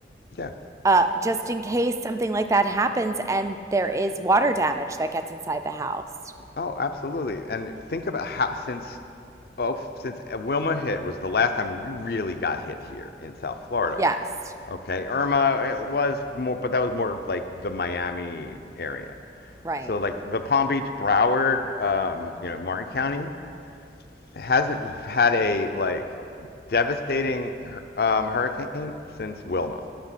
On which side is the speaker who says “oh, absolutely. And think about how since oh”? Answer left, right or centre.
Left